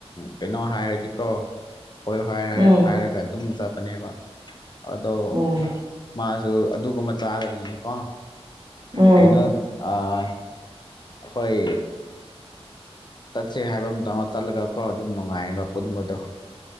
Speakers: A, on the left; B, on the right.
A: ꯀꯩꯅꯣ ꯍꯥꯏꯔꯗꯤꯀꯣ
B: <inaudible>
A: ꯍꯣꯏ ꯍꯣꯏ
B: ꯎꯝ
A: ꯍꯥꯏꯔꯒ ꯑꯗꯨꯝ ꯆꯠꯄꯅꯦꯕ ꯑꯗꯣ
B: ꯎꯝ
A: ꯃꯥꯁꯨ ꯑꯗꯨꯒꯨꯝꯕ ꯆꯥꯗꯕꯅꯤꯅꯀꯣ
B: ꯎꯝ
A: ꯀꯩꯅꯣ ꯑꯩꯈꯣꯏ ꯆꯠꯁꯦ ꯍꯥꯏꯕ ꯑꯃ ꯃꯇꯝꯗ ꯆꯠꯂꯒꯀꯣ ꯑꯗꯨꯝ ꯅꯨꯡꯉꯥꯏꯕ ꯄꯨꯟꯕꯗꯣ